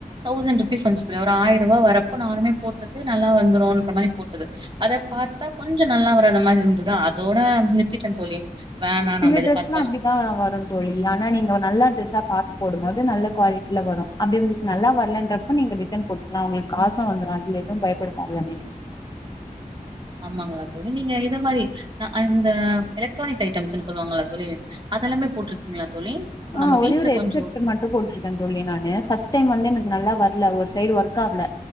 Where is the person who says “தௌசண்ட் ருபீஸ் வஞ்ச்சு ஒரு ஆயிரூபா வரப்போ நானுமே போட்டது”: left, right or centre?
Right